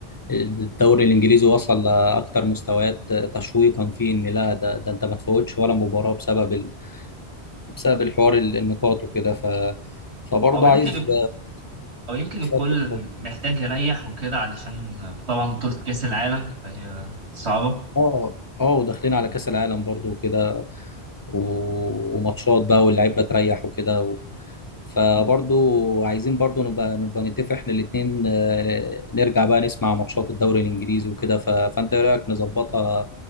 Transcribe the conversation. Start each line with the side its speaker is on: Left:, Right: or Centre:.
Left: الدوري الإنجليزي وصل لأكتر مستويات تشويقا فيه إن لا ده, ده أنت ما تفوتش ولا مباراة بسبب ال... بسبب الحوار ال- النقاط وكده ف... فبرضه
Right: او يمكن
Left: عايز
Right: او يمكن الكل
Left: اتفضل اتفضل
Right: محتاج يريح وكده علشان طبعا بطولة كأس العالم فهي صعبة
Left: اه اه وداخلين على كأس العالم برضه وكده و... وماتشات بقى واللعيبة تريح وكده فبرضو عايزين برضو نبقى نبقى نتفق احنا الاتنين آه، نرجع بقى نسمع ماتشات الدوري الانجليزي وكده ف- فانت ايه رايك نظبطها